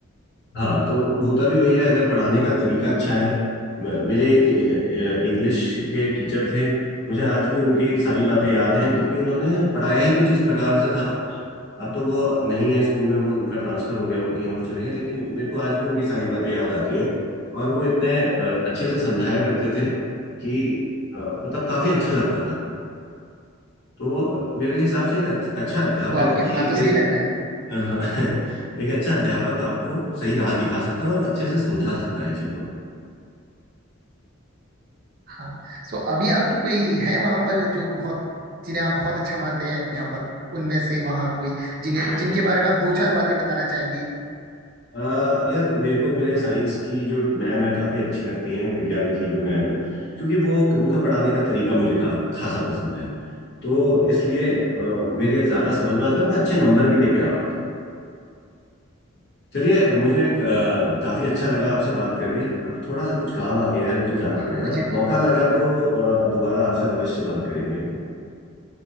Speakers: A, on the left (about 55°); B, on the right (about 45°).
A: हाँ तो होता भी वही है अगर पढ़ाने का तरीका अच्छा है म- मेरे एक इंग्लिश के टीचर थे मुझे आज भी उनकी सारी बातें याद हैं क्योंकि उन्होंने पढ़ाया ही कुछ इस प्रकार से था अब तो वो नहीं है स्कूल में वो उनका ट्रांसफर हो गया वो कहीं और चले गए लेकिन मेरे को आज भी उनकी सारी बातें याद आती हैं और वो इतने अ, अच्छे से समझाया करते थे कि अ, मतलब काफी अच्छा लगता था तो मेरे हिसाब से एक अच्छ- अच्छा अध्यापक
B: वो आपकी
A: ही
B: बातों से
A: एक
B: ही लग रहा है
A: <laughs> एक अच्छा अध्यापक आपको सही राह दिखा सकता है और अच्छे से समझा सकता है चीजों को
B: हाँ सो अभी आपकी कोई है वहां पर जो बहुत जिन्हें आप बहुत अच्छा मानते हैं अध्यापक उनमें से वहाँ कोई जिन्हें जिनके बारे में आप दो चार बातें बताना चाहेंगे
A: अ, यार मेरे को मेरे साइंस की जो मैम है काफी अच्छी लगती हैं विज्ञान की जो मैम है क्योंकि वो उनका पढ़ाने का तरीका मुझे का, खासा पसंद है तो इसलिए अ, मेरे ज्यादा समझ में आता है और मैं अच्छे नंबर भी लेके आ पाता हूँ। चलिए मुझे अ, काफी अच्छा लगा आपसे बात करके अब थोड़ा सा कुछ काम आ गया है मुझे जाना
B: हम
A: पड़ेगा
B: मुझे
A: मौका
B: भी बहुत
A: लगा तो अ, दोबारा आपसे अवश्य बात करेंगे